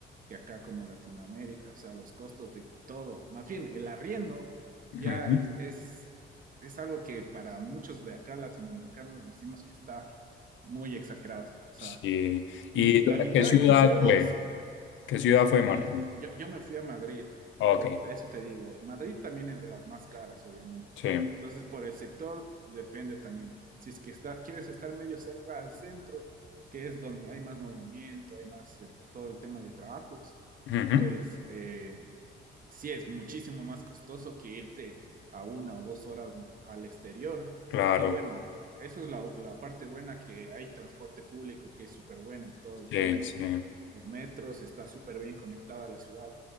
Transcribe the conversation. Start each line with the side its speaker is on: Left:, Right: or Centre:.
Right: que acá como Latinoamérica, o sea, los costos de todo, más bien el arriendo
Left: Ujú.
Right: ya es, es, es algo que para muchos de acá latinoamericanos decimos que está muy exagerado, o sea,
Left: Sí.
Right: mi,
Left: ¿Y
Right: la mitad
Left: qué ciudad
Right: de tus sueldos
Left: fue? ¿Qué ciudad fue,
Right: eh,
Left: Martín?
Right: yo, yo me fui a Madrid,
Left: Ok,
Right: pero eso te digo, Madrid también es de las más caras, obviamente.
Left: sí.
Right: Entonces, por el sector depende también. Si es que está, quieres estar medio cerca al centro, que es donde hay más movimiento, hay más el- todo el tema de trabajos,
Left: Ujú.
Right: pues eh, sí es muchísimo más costoso que irte a una o dos horas al exterior,
Left: Claro,
Right: que bueno, eso es la, la parte buena, que hay transporte público, que es súper bueno, todo
Left: sí,
Right: el tema de
Left: sí.
Right: los metros, está súper bien conectada a la ciudad.